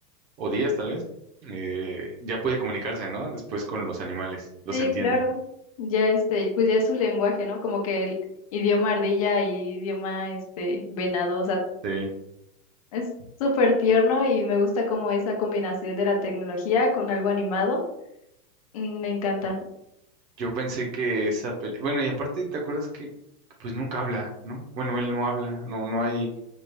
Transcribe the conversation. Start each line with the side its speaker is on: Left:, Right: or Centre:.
Right: o días tal vez, eh, ya puede comunicarse, ¿no? Después con los animales, los
Left: Sí,
Right: entiende.
Left: claro. Ya este, pues ya es su lenguaje, ¿no? Como que el idioma ardilla y idioma este venado, o sea,
Right: Sí.
Left: es súper tierno y me gusta como esa combinación de la tecnología con algo animado. Mm, Me encanta.
Right: Yo pensé que esa pelea, bueno, y aparte, ¿te acuerdas que pues nunca habla, ¿no? Bueno, él no habla, no, no hay